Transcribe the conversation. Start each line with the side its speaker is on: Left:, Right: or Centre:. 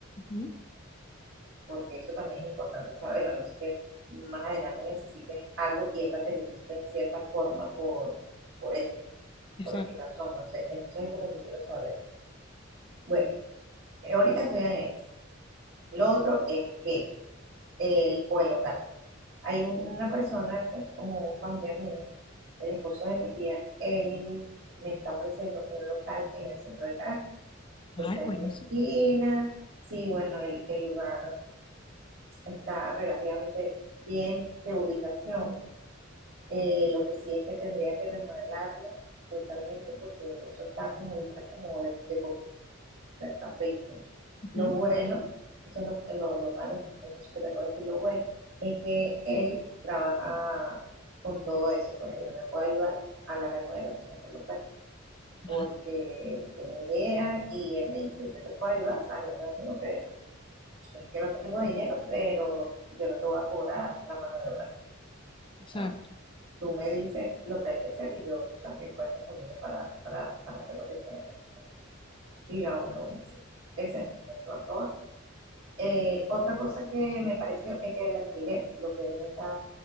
Left: Ujú,
Right: porque eso también es importante saberlo, no sé que más adelante necesites algo y esta te limita en cierta forma por, por X
Left: Exacto.
Right: ¿Por qué razón? No sé. Entonces eso es lo que quiero saber. Bueno, eh, ahorita estoy en eso. Lo otro es que el, o el local. Hay una persona, bueno, como un familiar mío, el esposo de mi tía, él me está ofreciendo un local en el centro de Caracas,
Left: Ah,
Right: que está
Left: buenísimo.
Right: en una esquina. Sí, bueno, el, el lugar está relativamente bien de ubicación. Eh, lo que sí es que tendría que remodelarlo totalmente porque eso está como ahorita como de, depósito, o sea está feísimo.
Left: Ujú.
Right: Lo bueno, eso es lo, lo, lo malo, eso que te acabo de decir, lo bueno, es que él trabaja con todo eso, pues él me puede ayudar a la remodelación del local, porque
Left: Ah,
Right: tiene ideas y él me dice, yo te puedo ayudar, ¿sabes? Lo que es único que es que no tengo dinero, pero yo no te voy a cobrar la mano de obra. O
Left: exacto,
Right: sea, tú me dices lo que hay que hacer y yo, tú sabes que cuentas conmigo para, para, para hacer lo que tengo que hacer. Y yo, ah, bueno, buenísimo. Ese es mi punto a favor. Eh, otra cosa que me pareció es que el alquiler, lo que él me está